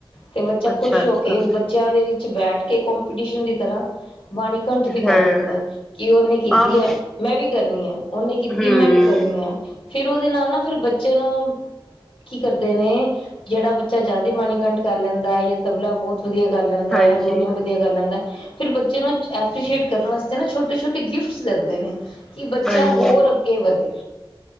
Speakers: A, on the left (about 80°); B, in the centre.
A: ਤੇ ਬੱਚਾ
B: ਅੱਛਾ-ਅੱਛਾ
A: ਖੁਸ਼ ਹੋ ਕੇ ਬੱਚਿਆਂ ਦੇ ਵਿੱਚ ਬੈਠ ਕੇ ਕੋਂਪੀਟੀਸ਼ਨ ਦੀ ਤਰ੍ਹਾਂ ਵਾਣੀ ਕੰਠ ਵੀ
B: ਹਾਂ
A: ਕਰ ਲੈਂਦਾ। ਕਿ ਉਹਨੇ ਕੀਤੀ
B: ਆਹ
A: ਹੈ। ਮੈਂ ਵੀ ਕਰਨੀ ਹੈ, ਉਹਨੇ ਕੀਤੀ
B: ਹੂੰ
A: ਹੈ ਮੈਂ ਵੀ। ਕਰਨੀ ਹੈ। ਫੇਰ ਉਹਦੇ ਨਾਲ ਨਾ ਫਿਰ ਬੱਚੇ ਨੂੰ ਕੀ ਕਰਦੇ ਨੇ। ਜਿਹੜਾ ਬੱਚਾ ਜ਼ਿਆਦਾ ਬਾਣੀ ਕੰਠ ਕਰ ਲੈਂਦਾ ਹੈ ਜਾਂ ਤਬਲਾ ਬਹੁਤ ਵਧੀਆ ਕਰ ਲੈਂਦਾ
B: ਹਾਂਜੀ
A: ਹੈ। ਹਰਮੋਨੀਅਮ ਵਧੀ ਕਰ ਲੈਂਦਾ। ਫਿਰ ਬੱਚੇ ਨੂੰ ਐਪ੍ਰਸ਼ਏਟ ਕਰਨ ਵਾਸਤੇ ਨਾ ਛੋਟੇ- ਛੋਟੇ ਗਿਫਟਸ ਦਿੰਦੇ ਨੇ। ਕਿ ਬੱਚਾ
B: ਹਾਂਜੀ
A: ਹੋਰ ਅੱਗੇ ਵਧੇ।